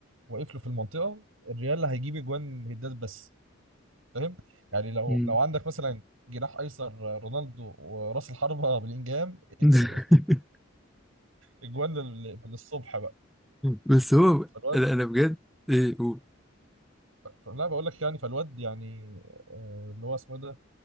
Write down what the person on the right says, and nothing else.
واقف له في المنطقه الريال هيجيب اجوان هدات بس فاهم يعني لو
لو عندك مثلا جناح ايسر رونالدو وراس الحربه بلينجهام انسى
اجوان لل- للصبح بقى
فالواد
لا بقول لك يعني فالواد يعني آه، اللي هو اسمه إيه ده